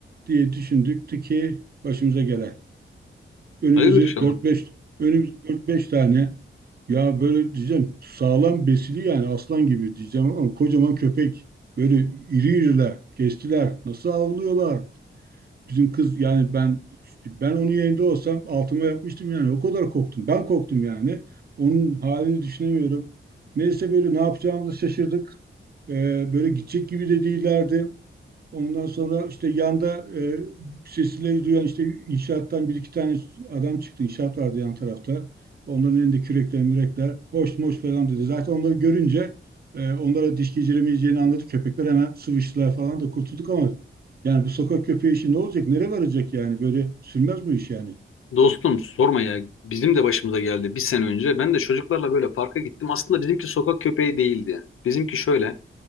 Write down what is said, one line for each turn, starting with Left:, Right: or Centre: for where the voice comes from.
Right: diye düşündük ki başımıza gelen. Önümüzü
Left: Hayırdır inşallah.
Right: dört beş önümüzü dört beş tane Ya böyle diyeceğim sağlam besili yani aslan gibi diyeceğim ama kocaman köpek. Böyle iri iriler, kestiler. Nasıl avlıyorlar? Bizim kız yani ben ben onun yerinde olsam altıma yapmıştım yani. O kadar korktum. Ben korktum yani. Onun halini düşünemiyorum. Neyse böyle ne yapacağımızı şaşırdık. Ee, böyle gidecek gibi de değillerdi. Ondan sonra işte yanda e, sesleri duyan işte inşaattan bir iki tane adam çıktı. İnşaat vardı yan tarafta. Onların elinde kürekler, mürekler, hoş moş falan dedi. Zaten onları görünce e, onlara diş geçiremeyeceğini anladı. Köpekler hemen sıvıştılar falan da kurtulduk ama yani bu sokak köpeği işi ne olacak? Nereye varacak yani? Böyle sürmez bu iş yani.
Left: Dostum sorma ya. Bizim de başımıza geldi bir sene önce. Ben de çocuklarla böyle parka gittim. Aslında bizimki sokak köpeği değildi. Bizimki şöyle.